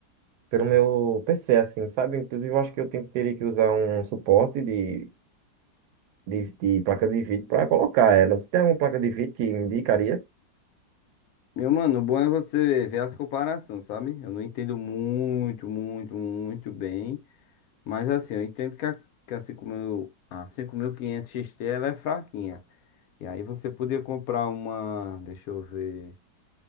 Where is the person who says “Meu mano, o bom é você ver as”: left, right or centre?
Left